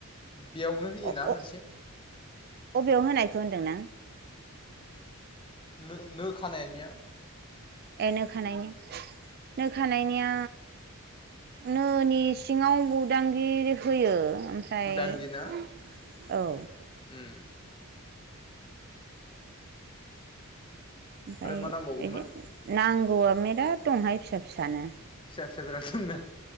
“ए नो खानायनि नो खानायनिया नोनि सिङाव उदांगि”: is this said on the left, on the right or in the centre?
Right